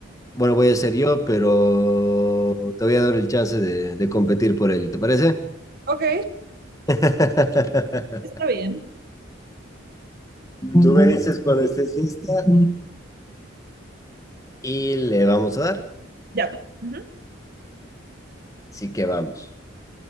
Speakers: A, on the left (about 15°); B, on the right (about 50°).
A: bueno, voy a ser yo, pero te voy a dar el chance de, de competir por ello, ¿te parece?
B: Ok,
A: <laughs>
B: está bien.
A: Tú me dices cuando estés lista y le vamos a dar.
B: Ya. Ujú.
A: Así que vamos.